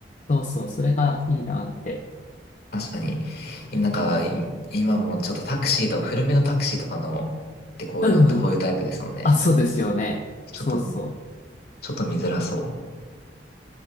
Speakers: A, on the left; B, on the left.
A: そうそう、それがいいなって。
B: 確かに。なんか、い今もちょっとタクシーとか、古めのタクシーとかの、ってこういうのってこういうタイプですもんね。
A: うんうん。あ、そうですよね。
B: ちょっと、
A: そうそ
B: ちょっと見づらそう。